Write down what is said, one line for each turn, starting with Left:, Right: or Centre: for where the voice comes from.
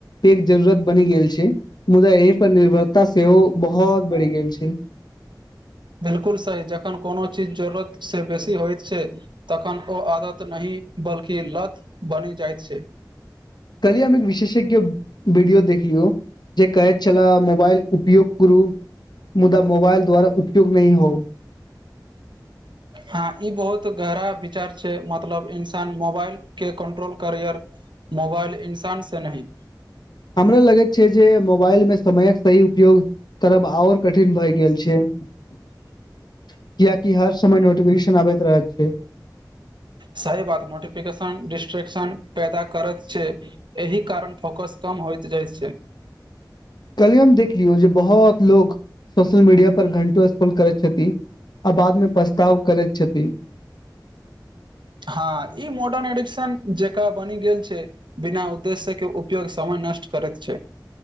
Left: एक जरूरत बनि गेल छै मुदा यही पर निर्भरता सेहो बहुत बढ़ि गेल छै
Right: बिलकुल सही जखन कोनो चीज जरूरत से बेसी होइत छै तखन ओ आदत नहि बल्कि लथ बनी जाइत छै
Left: कहलियए हम एक विशेषज्ञ वीडियो देखलियौ जे कहैत छला मो बाइल उपयोग करू मुदा मोबाइल द्वारा उपयोग नहि होउ
Right: हँ ई बहुत गहरा विचार छै मतलब इन्सान मोबाइल के कंट्रोल करै मोबाइल इंसान से नहि
Left: हमरा लगैत छै जे मो मोबाइलमे समयक सही उपयोग करब आओर कठिन भए गेल छै कियाकि हर समय नोटिफिकेशन आबैत रहैत छै
Right: सही बात नोटिफिकेशन डिस्ट्रेक्शन पैदा करैत छै एहि कारण फोकस कम होइत जाइत छै
Left: <inaudible> कल्हि हम देख लियौ जे बहुत लोग सोशल मीडिया पर घंटो स्कोल करैत छथिन आ बादमे पछताव करैत छथि
Right: हँ ई मॉडर्न एडिक्शन जेकां बनि गेल छै बिना उद्देश्य के उपयोग समय नष्ट करैत छै